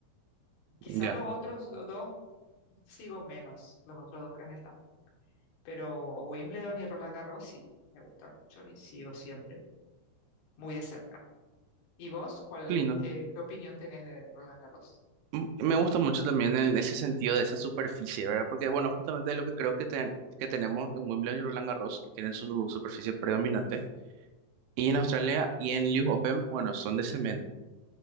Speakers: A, on the left; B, on the right.
A: Quizá
B: Ya.
A: los otros do- dos sigo menos, los otros dos Grand Slam Pero Wimbledon y Roland Garros sí, me gustan mucho y sigo siempre muy de cerca. ¿Y vos, cuál,
B: qué lindo.
A: qué, qué opinión tenés de Roland Garros?
B: Mm, Me gusta mucho también en ese sentido de esa superficie, ¿verdad? Porque, bueno, justamente lo que creo que, ten- que tenemos en Wimbledon y Roland Garros, que tienen su superficie predominante, y en Australia y en US Open, bueno, son de cemento.